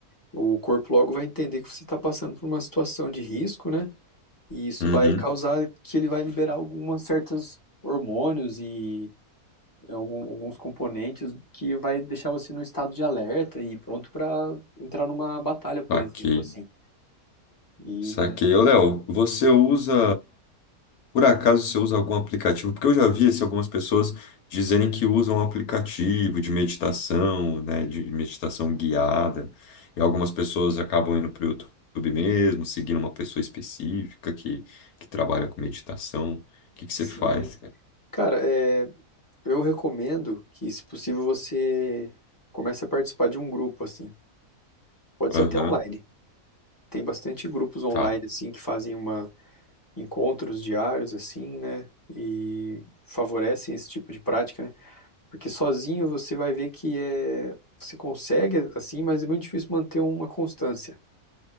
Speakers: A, on the left (about 15°); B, on the left (about 75°).
A: o corpo logo vai entender que você está passando por uma situação de risco, né? E isso
B: Uhum.
A: vai causar que ele vai liberar algumas certas hormônios e algum- alguns componentes que vai deixar você num estado de alerta e pronto para entrar numa batalha, por
B: Saquei.
A: exemplo, assim. E
B: Saquei. Ô, Léo, você usa Por acaso você usa algum aplicativo? Porque eu já vi assim, algumas pessoas dizerem que usam um aplicativo de meditação, né, de meditação guiada, e algumas pessoas acabam indo para o YouTube mesmo, seguindo uma pessoa específica que, que trabalha com meditação. O que que você
A: sim,
B: faz, cara?
A: cara, é, eu recomendo que, se possível, você comece a participar de um grupo, assim. Pode
B: Aham,
A: ser até online. Tem bastante grupos online
B: tá,
A: assim que fazem uma encontros diários assim, né? E favorecem esse tipo de prática, né? Porque sozinho você vai ver que é você consegue assim, mas é muito difícil manter uma constância.